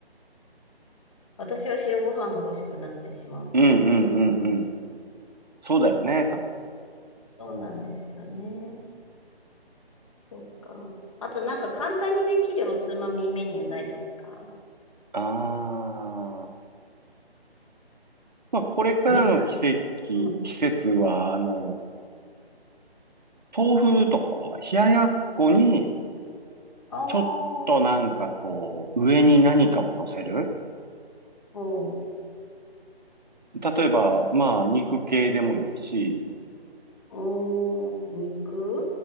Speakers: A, on the left (about 30°); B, on the right (about 45°).
A: 私は白ご飯が欲しくなってしまうんですよ。
B: うんうんうん。そうだよね、多分。
A: そうなんですよね。そっか。あとなんか簡単にできるおつまみメニューないですか
B: ああ。まあ、これからの季節、
A: 肉。
B: 季節は、
A: うん。
B: あの、豆腐とかは冷ややっこに
A: ああ、
B: ちょっとなんかこう、上に何かを乗せる。
A: うん。
B: 例えば、まあ、肉系でもいいし、
A: おー、肉